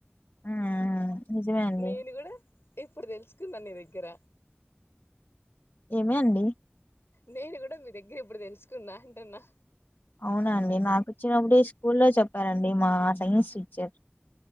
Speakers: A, on the left; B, on the left.
A: ఉమ్ నిజమే అండి
B: నేను కూడా ఇప్పుడు తెలుసుకున్నా నీ దగ్గర
A: ఏమి అండి
B: నేను కూడా మీ దగ్గర ఇప్పుడు తెలుసుకున్నా అంటున్నా
A: అవునండి నాకు వచ్చినప్పుడ స్కూల్లో చెప్పారండి మా సైన్స్ టీచర్